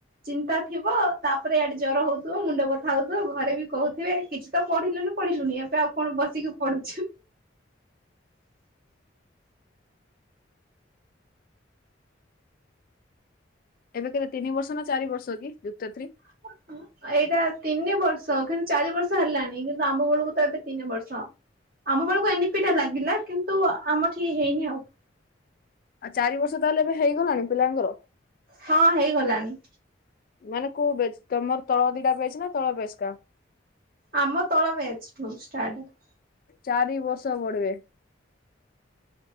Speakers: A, on the right; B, on the left.
A: ଚିନ୍ତା ଥିବ ତାପରେ ୟାଡେ ଜର ହଉଥିବ ମୁଣ୍ଡ ବଥା ହଉଥିବ ଘରେ ବି କହୁଥିବେ କିଛି ତ ପଢିଲୁନୁ ପଢିଲୁନି ଏବେ ଆଉ କଣ ବସିକି ପଢୁଛୁ।
B: ଏବେ କେତେ ତିନି ବର୍ଷ ନା ଚାରି ବର୍ଷ କି ଯୁକ୍ତ ଥ୍ରୀ?
A: <unintelligible> ଅ ଏଇଟା ତିନି ବର୍ଷ କିନ୍ତୁ ଚାରି ବର୍ଷ ହେଲାନି କିନ୍ତୁ ଆମ ବେଳକୁ ତ ଏବେ ତିନି ବର୍ଷ। ଆମ ବେଳକୁ ଏନ୍‌ ଇ ପି ଟା ଲାଗିଲା କିନ୍ତୁ ଆମ ଠି ହେଇନି ଆଉ।
B: ଆ ଚାରି ବର୍ଷ ତାହେଲେ ଏବେ ହେଇଗଲାଣି ପିଲାଙ୍କର?
A: ହଁ ହେଇଗଲାଣି।
B: ମାନେ କୋଉ ବେଚ୍‌ ତମର ତଳ ଦିଟା ବେଚ୍‌ ନା ତଳ ବେଷ୍‌କା?
A: ଆମ ତଳ ବେଚ୍‌ ଠୁ ଷ୍ଟାର୍ଟ ହେଲା।
B: ଚାରି ବର୍ଷ ପଢିବେ।